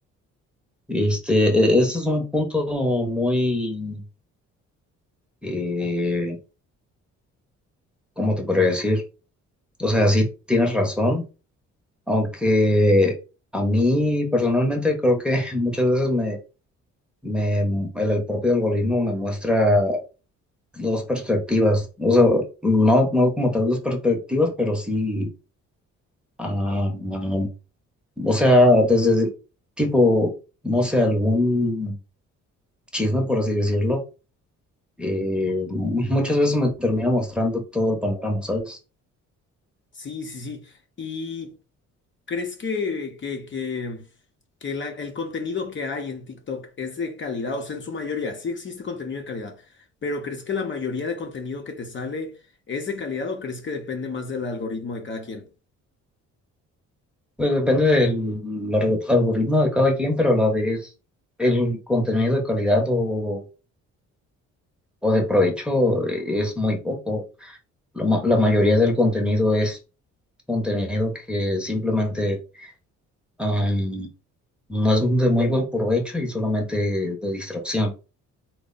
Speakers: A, in the centre; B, on the left.
A: Este, e- ese es un punto muy... eh, ¿cómo te podría decir? O sea, sí tienes razón, aunque a mí personalmente creo que <laughs> muchas veces me, me, el, el propio algoritmo me muestra dos perspectivas, o sea, no, no como tal dos perspectivas, pero sí, ah, ah, o sea, desde tipo, no sé, algún chisme, por así decirlo, eh, muchas veces me termina mostrando todo el panorama, ¿sabes?
B: Sí, sí, sí. y ¿Crees que, que, que, que la- el contenido que hay en TikTok es de calidad? O sea, en su mayoría, sí existe contenido de calidad, pero ¿crees que la mayoría de contenido que te sale es de calidad o crees que depende más del algoritmo de cada quien?
A: Pues depende del alg- algoritmo de cada quien, pero a la vez el contenido de calidad o, o de provecho eh, es muy poco. La, ma- la mayoría del contenido es contenido que simplemente am, no es de muy buen provecho y solamente de distracción.